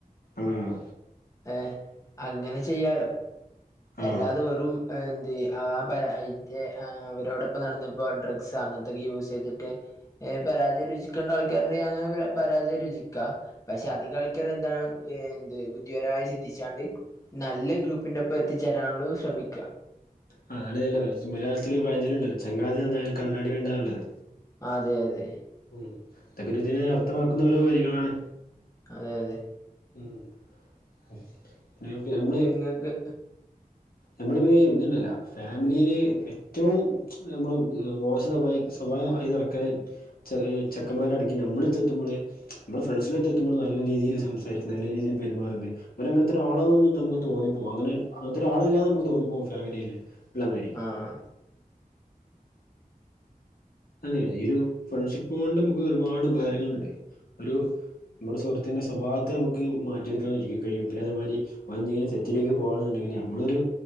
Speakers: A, on the left; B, on the left.
A: ആഹ്
B: ഏഹ് അങ്ങനെ ചെയ്യാലോ
A: ആഹ്
B: അല്ലാതെ വെറും എന്ത് ആ പ ഇ അവരോടൊപ്പം നടന്ന ഇപ്പോ ഡ്രഗ്സ് അങ്ങനത്തൊക്കെ യൂസ് ചെയ്തിട്ട് ഏ പരാജയ രുചിക്കണ്ട ആൾക്കാര്ണ്ടെങ്കി അങ്ങനെ പരാ പരാജയ രുചിക്ക പക്ഷെ അധിക ആൾക്കാർ എന്താണ് എന്ത് യുക്തിപരായി ചിന്തിച്ചാണ്ട് നല്ല ഗ്രൂപ്പിന്റെ ഒപ്പം എത്തിച്ചേരാനുള്ള ശ്രമിക്ക
A: ആഹ് അതളിയാല്ലോ മലയാളത്തിൽ ഒരു പയഞ്ചൊല്ലുണ്ടല്ലോ ചങ്ങാതി നന്നായാൽ കണ്ണാടി വേണ്ടാഇള്ളത്
B: അതെ അതെ
A: ഉം ഇതൊക്കൊരു ഇതിനെ അർഥമാക്കുന്ന ഓരോ വരിങ്ങളാണ്.
B: അതെ അതെ
A: ഉം <unintelligible> ഞമ്മള്
B: നഗ്
A: നമ്മളിപ്പ ഈ ഇതുണ്ടല്ലോ ഫാമിലീല് എറ്റവും നമ്മള് മോശ സ്വഭായി സ്വഭാവാ ആയി നടക്കൽ ചെ ചെക്കന്മാരടയ്ക്ക് ഞമ്മള് ചെത്തുമ്പൊള് നമ്മൾ ഫ്രണ്ട്സിനത്ത് എത്തുമ്പൊള് നല്ല രീതീല് സംസാരിക്കുന്നു നല്ല രീതീല് പെരുമാറുന്ന് അവനങ്ങനത്തെ ഒരാളാന്നൊന്നും തോന്നിപ്പോകും അങ്ങനെ അങ്ങനത്തെ ഒരാളല്ലാന്ന് നമുക്ക് തോന്നിപ്പോകും ഫാമിയില് ഇള്ളപ്പെ
B: ആഹ്
A: അതെയതെ ഈ ഒരു ഫ്രണ്ട്ഷിപ്പ് കൊണ്ട് നമുക്ക് ഒരുപാട് ഉപകാരങ്ങളുണ്ട് ഒരു നമ്മുടെ സുഹൃത്തിന്റെ സ്വഭാവത്തെ നമുക്ക് മാറ്റിയെടുക്കാൻ കഴിയും പിന്നെ അതേമാതിരി എന്തെങ്കിലും തെറ്റിലേക്ക് പോകാണെന്നുണ്ടെങ്കില് നമ്മളൊരു